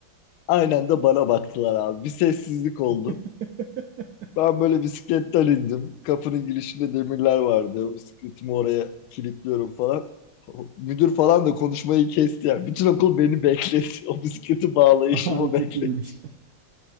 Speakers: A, on the left; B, on the right.
A: Aynen de bana baktılar abi. Bir sessizlik oldu.
B: <laughs>
A: Ben böyle bisikletten indim. Kapının girişinde demirler vardı. Bisikletimi oraya kilitliyorum falan. Müdür falan da konuşmayı kesti yani. Bütün okul beni bekletti. O bisikleti bağlayışımı
B: Abi
A: bekletti.
B: çok iyiymiş.